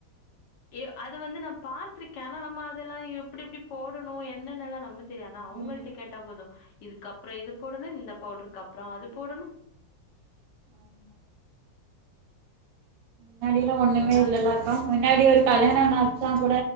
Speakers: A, on the left; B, on the right.
A: ஏ அது வந்து நா பாத்துருக்கே ஆனா நம்ம அதெல்லா எப்டி எப்டி போடனு என்னன்னெல்லா நம்மள் தெரி ஆனா அவுங்கள்ட
B: ம்
A: கேட்டா போது இதுக்கப்ற இது போடனு இந்த பவுட்ரு க்கப்றொ அது போடனு
B: முன்னாடிலா முன்னாடிலா ஒன்னுமே
A: எல்லாம்
B: இல்லலா கா முன்னாடி ஒரு கல்யாண <unintelligible> கூட